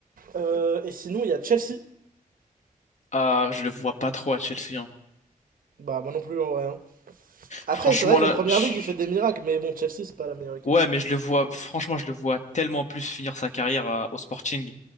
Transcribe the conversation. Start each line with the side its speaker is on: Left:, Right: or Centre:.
Right: Euh, et sinon, il y a Chelsea.
Left: Ah, je le vois pas trop à Chelsea. hein.
Right: Bah, moi non plus en vrai. hein. Après,
Left: Franchement
Right: c'est vrai qu'en
Left: là,
Right: première
Left: je-
Right: ligue, il fait des miracles, mais bon, Chelsea, c'est pas la meilleure équipe.
Left: ouais, mais je le vois, franchement, je le vois tellement plus finir sa carrière à- au Sporting.